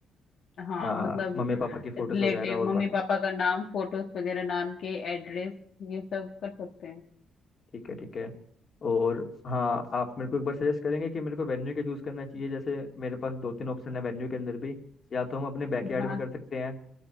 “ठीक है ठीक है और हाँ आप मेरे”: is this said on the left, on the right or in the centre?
Left